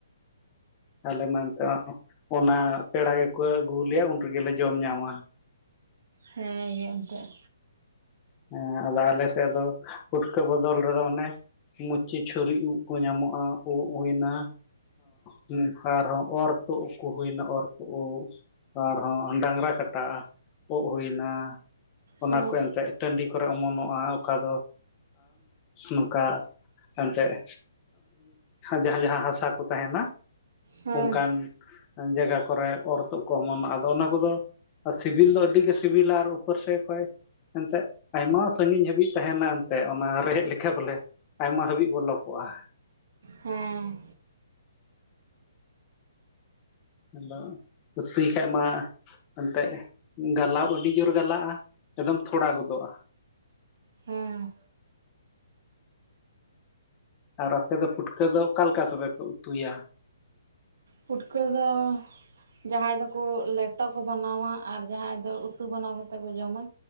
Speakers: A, on the left (about 25°); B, on the right (about 60°).
A: ᱟᱞᱮ ᱢᱟ ᱮᱸᱛᱮ ᱚᱱᱟ ᱯᱮᱲᱟ ᱜᱮᱠᱚ ᱟᱹᱜᱩ ᱟ. ᱞᱮᱭᱟ ᱩᱱ ᱨᱮᱜᱮᱞᱮ ᱡᱚᱢ ᱧᱟᱢᱟ᱾
B: ᱦᱮᱸ ᱜᱮ ᱮᱱᱛᱮᱫ
A: ᱦᱮᱸ ᱟᱫᱚ ᱟᱞᱮ ᱥᱮᱫ ᱫᱚ ᱯᱩᱴᱠᱟᱹ ᱵᱚᱫᱚᱞ ᱨᱮᱫᱚ ᱚᱱᱮᱼᱼ ᱢᱚᱪᱤ ᱪᱷᱩᱨᱤ ᱩᱵ ᱠᱚ ᱧᱟᱢᱚᱜᱼᱟ ᱩᱜ ᱦᱩᱭ ᱮᱱᱟ᱾ ᱦᱮᱸ ᱟᱨᱦᱚᱸ ᱚᱨ ᱛᱚᱜ ᱠᱚ ᱦᱩᱭᱱᱟ ᱚᱨ ᱛᱚᱜ ᱟᱨᱦᱚᱸ ᱰᱟᱝᱨᱟ ᱠᱟᱴᱟᱜᱼᱟ ᱚᱜ ᱦᱩᱭᱱᱟ ᱚᱱᱟ
B: ᱦᱮᱸ
A: ᱠᱚ ᱮᱱᱛᱮᱫᱼᱼ ᱴᱟᱹᱰᱤ ᱠᱚᱨᱮ ᱚᱢᱚᱱᱚᱜᱼᱟ ᱚᱠᱟ ᱫᱚ ᱱᱚᱝᱠᱟ ᱮᱱᱛᱮᱫ ᱡᱟᱦᱟᱸ ᱡᱟᱦᱟᱸ ᱦᱟᱥᱟ ᱠᱚ ᱛᱟᱦᱮᱱᱟ
B: ᱦᱮᱸ
A: ᱚᱱᱠᱟᱱᱼᱼ ᱡᱟᱭᱜᱟ ᱠᱚᱨᱮ ᱚᱨ ᱛᱚᱜ ᱠᱚ ᱚᱢᱱᱚᱜᱼᱟ ᱟᱫᱚ ᱚᱱᱟ ᱠᱚᱫᱚᱼᱼ ᱟᱨ ᱥᱤᱵᱤᱞ ᱫᱚ ᱟᱹᱰᱤ ᱜᱮ ᱥᱤᱵᱤᱞᱟ ᱟᱨ ᱩᱯᱚᱨ ᱥᱮᱫ ᱠᱷᱚᱡ ᱮᱱᱛᱮᱫᱼᱼ ᱟᱭᱢᱟ ᱥᱟᱹᱜᱤᱧ ᱦᱟᱹᱵᱤᱡ ᱛᱟᱦᱮᱱᱟ ᱮᱱᱛᱮᱫ ᱚᱱᱟ ᱨᱮᱦᱮᱫ ᱞᱮ ᱞᱮᱠᱟᱷᱟ ᱵᱚᱞᱮ ᱟᱭᱢᱟ ᱦᱟᱹᱵᱤᱡ ᱵᱚᱞᱚ ᱠᱚᱚᱜᱼᱟ᱾
B: ᱦᱮᱸ
A: ᱟᱫᱚ ᱩᱛᱩᱭ ᱠᱷᱟᱱ ᱢᱟ ᱮᱱᱛᱮᱫ ᱜᱟᱞᱟᱣ ᱟᱹᱰᱤ ᱡᱳᱨ ᱜᱟᱞᱟᱜᱼᱟ ᱮᱠᱫᱚᱢ ᱛᱷᱚᱲᱟ ᱜᱚᱫᱚᱜᱼᱟ᱾
B: ᱦᱮᱸ
A: ᱟᱨ ᱟᱯᱮ ᱫᱚ ᱯᱩᱴᱠᱟᱹ ᱫᱚ ᱚᱠᱟ ᱞᱮᱠᱟ ᱯᱮ ᱠᱚ ᱩᱛᱩᱭᱟ᱾
B: ᱯᱩᱴᱠᱟᱹ ᱫᱚᱼᱼ ᱡᱟᱦᱟᱸᱭ ᱫᱚᱠᱚ ᱞᱮᱴᱚ ᱠᱚ ᱵᱮᱱᱟᱣᱟ ᱟᱨ ᱡᱟᱦᱟᱸᱭ ᱫᱚ ᱩᱛᱩ ᱵᱮᱱᱟᱣ ᱠᱟᱛᱮ ᱠᱚ ᱡᱚᱢᱟ᱾